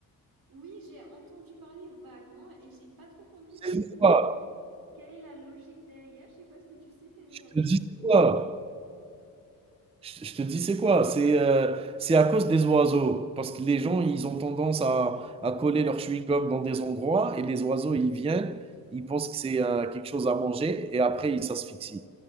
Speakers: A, on the right (about 75°); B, on the right (about 15°).
A: Oui, j'ai entendu parler vaguement et j'ai pas trop compris
B: c'est
A: quel est
B: quoi
A: le- quelle est la logique derrière. Je sais pas ce que tu sais, quelle
B: Je
A: est la logique
B: te dis c'est
A: derrière.
B: quoi. Je je te dis, c'est quoi? C'est euh, c'est à cause des oiseaux. Parce que les gens, ils ont tendance à, à coller leur chewing-gum dans des endroits et les oiseaux, ils viennent, ils pensent que c'est euh, quelque chose à manger et après, ils s'asphyxient.